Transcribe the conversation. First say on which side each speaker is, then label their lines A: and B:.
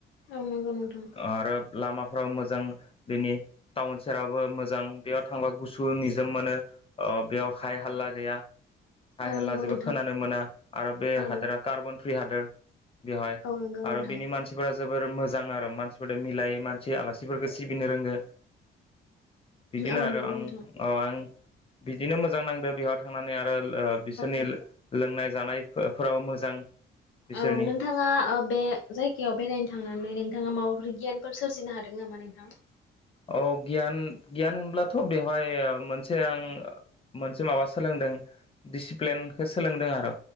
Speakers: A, on the left (about 80°); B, on the left (about 30°).
A: औ नंगौ नोंथां
B: आरो लामा फ्रा मोजां बेनि टाउन सेराबो मोजां बेयाव थांबा गुसु निजोम मोनो अ' अ बेयाव हाय हाल्ला गैया हाय
A: औ
B: हेला
A: नंगौ
B: जेबो
A: नोंथां
B: खोनानो मोना आरो बे
A: औ
B: हादोरा कार्बन फ्रि हादोर बेवहाय
A: औ नंगौ
B: आरो
A: नोंथां
B: बिनि मानसिफोरा जोबोर मोजां आरो मानसिफोरदो मिलायो मोन सि आलासिफोरखौ सिबिनो रोंगो बिदिनो
A: औ
B: आरो
A: नंगौ
B: आं
A: नोंथां
B: औ आं बिदिनो मोजां नांदो बेयावाय थांनानै आरो लो ओ बिसोरनि
A: औ
B: लोंनाय जानाय फो फोराव मोजां बिसोरनि
A: औ नोंथाङा ओ बे जायगायाव बेरायनो थांनानै नोंथाङा माबाफोर गियानफोर सोरजिनो हादों नामा नोंथां?
B: औ गियान गियान होनब्लाथ' बेवहाय मोनसे आं ओ मोनसे माबा सोलोंदों डिसिप्लेनखौ सोलोंदों आरो।